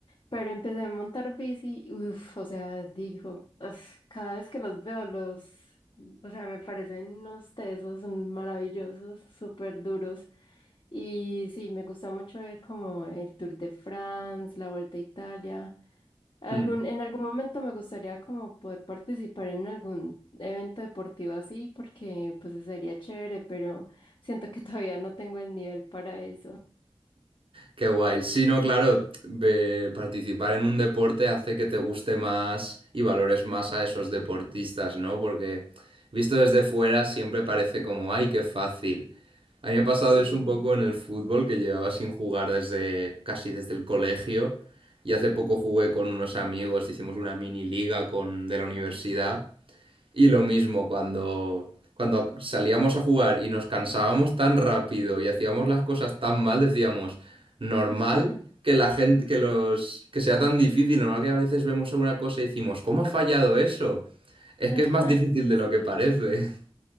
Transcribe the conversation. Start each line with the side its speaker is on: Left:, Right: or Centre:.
Left: Pero empecé a montar bici, uff, o sea, digo, "Uf, cada vez que los veo los o sea, me parecen unos tesos maravillosos, súper duros. Y sí, me gusta mucho ver como el Tour de France, la Vuelta a Italia. Algún,
Right: Mm.
Left: en algún momento me gustaría como poder participar en algún evento deportivo así, porque pues sería chévere, pero siento que todavía no tengo el nivel para eso.
Right: Qué guay. Sí, no, claro, ve- participar en un deporte hace que te guste más y valores más a esos deportistas, ¿no? Porque visto desde fuera siempre parece como, ay, qué fácil. A mí me
Left: Sí,
Right: ha pasado eso un poco en el fútbol, que llevaba sin jugar desde casi desde el colegio. Y hace poco jugué con unos amigos, hicimos una mini liga con, de la universidad. Y lo mismo cuando, cuando salíamos a jugar y nos cansábamos tan rápido y hacíamos las cosas tan mal, decíamos, normal
Left: sí. <laughs>
Right: que la gente, que los, que sea tan difícil, normal que a veces vemos alguna cosa y decimos, ¿cómo ha fallado eso? Es
Left: <laughs>
Right: que es más difícil de
Left: Sí.
Right: lo que parece.